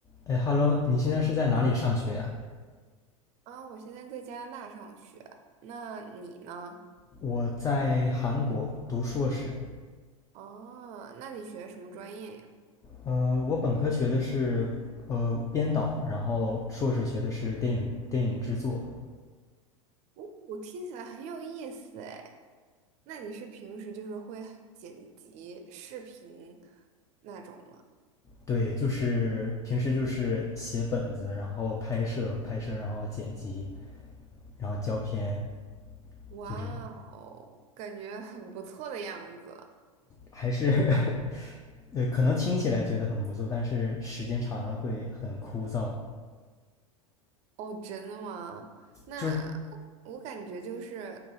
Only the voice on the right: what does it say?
啊，我现在在加拿大上学，那你呢？
哦，那你学什么专业呀？
哦，我听起来很有意思哎。那你是平时就是会剪辑视频那种吗？
哇哦，
感觉很不错的样子。
哦，真的吗？那我我感觉就是